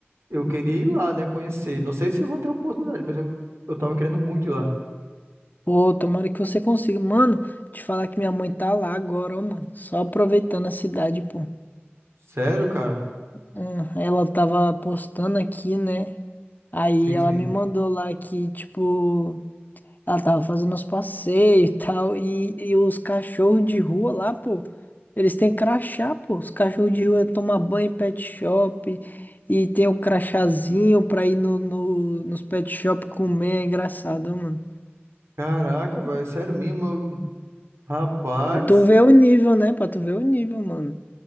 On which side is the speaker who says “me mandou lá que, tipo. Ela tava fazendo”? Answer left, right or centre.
Left